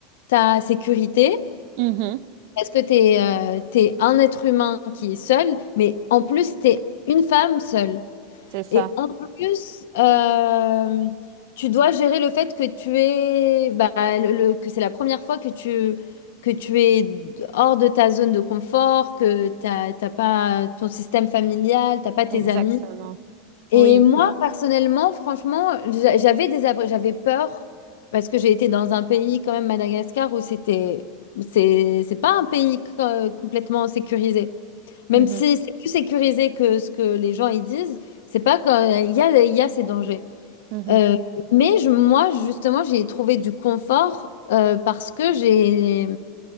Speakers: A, on the left (about 80°); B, on the right (about 45°).
A: ta sécurité.
B: Mhm.
A: Parce que tu es, un être humain qui est seul. Mais en plus, tu es une femme seule.
B: C'est ça,
A: Et en plus, euh, tu dois gérer le fait que tu es, bah, le, le- que c'est la première fois que tu, que tu es hors de ta zone de confort, que t'as t'as pas ton système familial, t'as pas tes
B: exactement.
A: amis. Et
B: Oui.
A: moi, personnellement, franchement, j'a- j'avais des abré- j'avais peur parce que j'ai été dans un pays, quand même, Madagascar, où c'était, c'est, c'est pas un pays euh, complètement sécurisé. Même
B: Mhm.
A: si c'est plus sécurisé que ce que les gens y disent, c'est pas quand il y a, il y a ces dangers.
B: Mhm.
A: Euh, mais je- moi, justement, j'ai trouvé du confort euh, parce que j'ai,